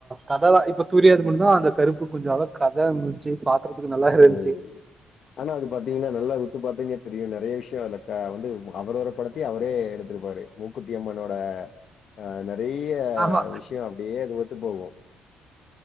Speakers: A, on the right (about 20°); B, on the left (about 60°).
A: கததா இப்ப சூர்யாது கூடதா அந்த கருப்பு கொஞ்ச அளவ கத முடிஞ்ச்சு பாக்குறதுக்கு நல்லாருந்ச்சு
B: ம் ஆனா அது பாத்தீங்கன்னா நல்லா உத்து பாத்தீங்னா தெரியு நெறைய விஷ்ய எனக்கா வந்து அவரோர படத்தயே அவரே எடுத்திருப்பாரு மூக்குத்தி அம்மனோட அ நெறைய
A: ஆமா
B: விஷ்ய அப்டியே அது ஒத்து போகு